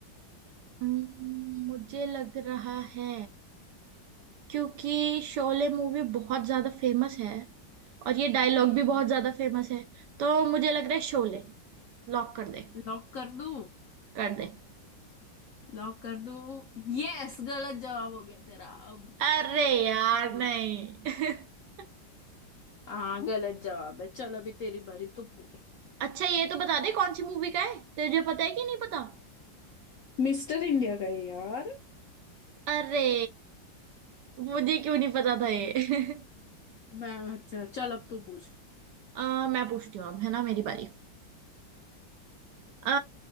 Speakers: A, on the right; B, on the left.
A: हम्म, मुझे लग रहा है क्योंकि शोले मूवी बहुत ज्यादा फेमस है और ये डायलॉग
B: हम्म
A: भी बहुत ज्यादा फेमस है तो मुझे लग रहा है शोले लॉक कर दे
B: लॉक कर दो
A: कर दे
B: लॉक कर दो यस गलत जवाब हो गया तेरा अब
A: अरे यार
B: जीरो
A: नहीं <laughs>
B: हाँ गलत जवाब है चल अभी तेरी बारी तू पूछ
A: अच्छा ये तो बता दे कौन सी मूवी का है तुझे पता है कि नहीं पता
B: मिस्टर इंडिया का है यार
A: अरे मुझे क्यों नहीं पता था ये
B: मैं अच्छा चल अब तू पूछ
A: <laughs> अ, मैं पूछती हूँ अब है ना मेरी बारी आ,